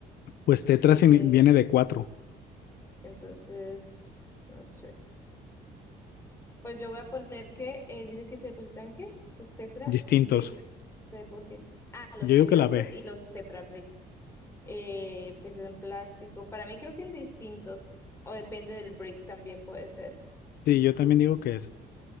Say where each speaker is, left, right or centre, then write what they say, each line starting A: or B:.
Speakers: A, on the left; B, on the left.
A: Pues, tetra
B: Eh,
A: signi- viene de cuatro
B: entonces, no sé. Pues yo voy a poner que eh, dice que se depositan ¿qué? Los Tetra
A: distintos.
B: Bricks se depositan. Ah, los
A: Yo
B: periódicos
A: digo que la B.
B: y los Tetra Bricks. Eh, pues en plástico. Para mí creo que en distintos. O depende del brick también puede ser.
A: Sí, yo también digo que es. <laughs>